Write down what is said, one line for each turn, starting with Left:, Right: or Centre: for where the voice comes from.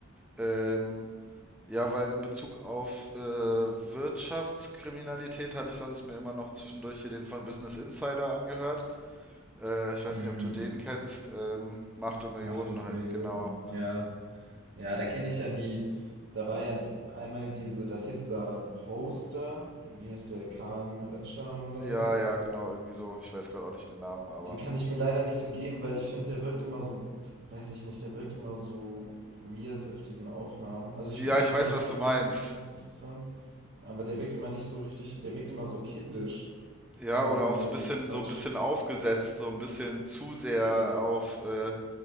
Centre: Ähm, ja, weil in Bezug auf äh, Wirtschaftskriminalität hatte ich sonst mir immer noch zwischendurch hier den von Business Insider angehört. Äh, ich weiß
Right: Mm,
Centre: nicht, ob du den kennst. Ähm, Macht und Millionen
Right: Macht und
Centre: halt,
Right: Millionen.
Centre: genau.
Right: Ja. Ja, da kenne ich ja die. Da war ja einmal diese, da ist ja dieser Hoster, wie heißt der, Kaan Öcalan oder
Centre: Ja,
Right: so.
Centre: ja, genau, irgendwie so. Ich weiß gerade auch nicht den Namen, aber.
Right: Den kann ich mir leider nicht so geben, weil ich finde, der wirkt immer so, weiß ich nicht, der wirkt immer so weird auf diesen Aufnahmen. Also ich
Centre: Ja,
Right: finde,
Centre: ich
Right: von
Centre: weiß,
Right: den
Centre: was
Right: Themen
Centre: du meinst.
Right: her ist es immer ganz interessant, aber der wirkt immer nicht so richtig, der wirkt immer so kindisch,
Centre: Ja,
Right: äh, wenn
Centre: oder auch
Right: der
Centre: so ein
Right: so
Centre: bisschen,
Right: quatscht.
Centre: so ein bisschen aufgesetzt, so ein bisschen zu sehr
Right: Ja,
Centre: auf, äh,